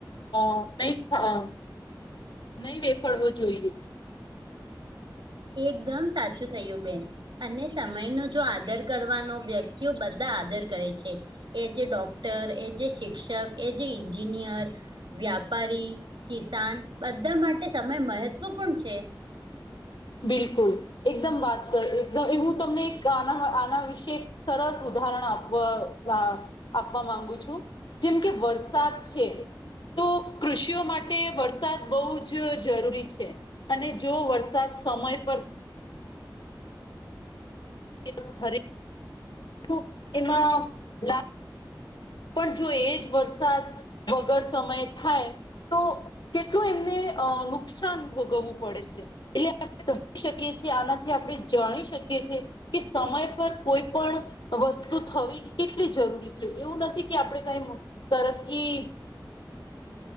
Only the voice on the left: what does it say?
હા નહી થવાનું. નહી વેફડવો જોઈએ.
બિલકુલ. એકદમ વાત કરી એકદમ એ હું તમને એક આના આના વિશે એક સરસ ઉદાહરણ આપવા વા આપવા માંગુ છું જેમ કે વરસાદ છે. તો કૃષિઓ માટે વરસાદ બહુ જ જરૂરી છે. અને જો વરસાદ સમય પર એ બસ હરે નુ એમાં લાભ પણ જો એજ વરસાદ વગર સમય એ થાય. તો કેટલું એમને અ નુકસાન ભોગવવું પડે છે. એટલે આપણે સમજી શકીએ છીએ આનાથી આપણે જાણી શકીએ છીએ. કે સમય પર કોઈ પણ વસ્તુ થવી કેટલી જરૂરી છે એવું નથી. કે આપણે કઈ તરક્કી